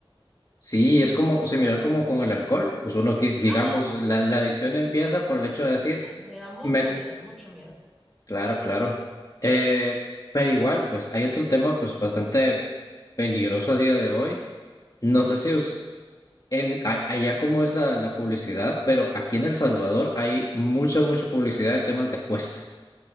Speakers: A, on the left (about 40°); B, in the centre.
A: Sí, es como similar como con el alcohol. Pues uno que, digamos,
B: ajá,
A: la, la adicción empieza por el hecho de decir,
B: me da mucho
A: me...
B: miedo, mucho miedo.
A: claro, claro. Eh, pero igual, pues hay otro tema pues bastante peligroso a día de hoy. No sé si us- en, a- allá cómo es la, la publicidad, pero aquí en El Salvador hay mucha, mucha publicidad de temas de apuesta.